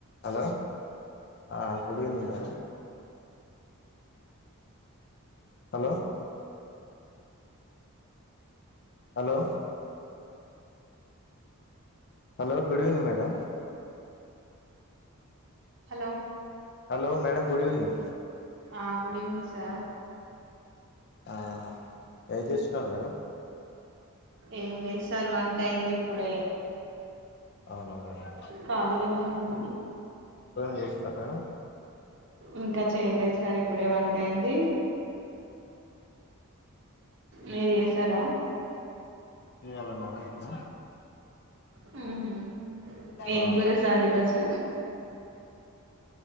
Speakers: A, on the left; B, on the right.
A: Hello ఆ good evening ma'am. అ hello hello hello good evening madam.
B: Hello
A: hello madam good evening.
B: ఆ good evening sir.
A: ఆ ఏం చేస్తున్నారు మేడమ్.
B: ఏం లేదు సార్ వంట అయింది ఇప్పుడే,
A: అవున మేడం.
B: ఖాళీ గానే ఉన్నా
A: చేస్డ <unintelligible>
B: ఇంకా చేయలేదు సార్ ఇప్పుడే వంట అయింది. మీరు చేసారా
A: చేయాలా మేడం ఇప్పుడు,
B: హుహు ఏం
A: ఆ
B: కూర సార్ ఈరోజు